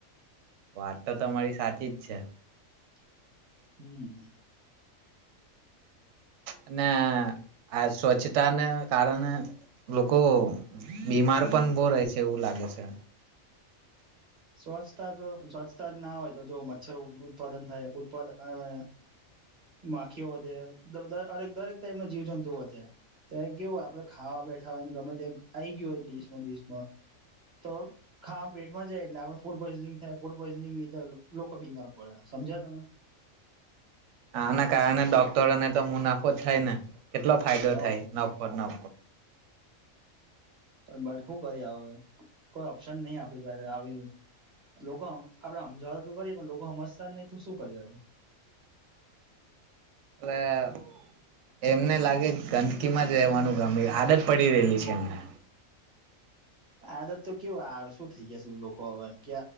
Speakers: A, on the right; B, on the right.
A: વાત તો તમારી સાચી જ છે.
B: હમ
A: અને આ સ્વચિત તાને કારણે લોકો બીમાર પણ બો રહે છે એવું લાગે છે.
B: સ્વચ્છતા તો સ્વચ્છતા જ ના હોય તો જો મચ્છર ઉત્પાદન થાયપા માખીઓ વધેરેક દરેક ટાઈપ ના જીવ જંતુ વધે તો એ કેવું આપડે ખાવા બેઠા હોયને ગમે ત્યાં આવી ગયું હોય ડીસમાંબિસમા તો ખાવા પેટમાં જાય એટલે આપ ફૂડ પોઈઝનિંગ થાય ફૂડ પોઈઝનિંગ લીધે લોકો બીમાર પડે સમજ્યા તમે
A: આના કારણે ડોક્ટરોને તો મુનાફો થાય ને કેટલો ફાયદો
B: હવ
A: થાય નફ ન <inaudible>
B: પણ બટ શું કરી હ કોઈ ઓપ્શન નહી આપણી પાસે આવી લોકો આપડે સમજવા તો કરી પણ લોકો સમજતા નહી તો શું કરીએ હવ
A: એવે એમને લાગે ગ કિંમા રહેવાનું ગામ્યું આદત પડી રહેલી છે એમને
B: આદત તો કેવું આ શું થઈ જશે લોકો હવે કે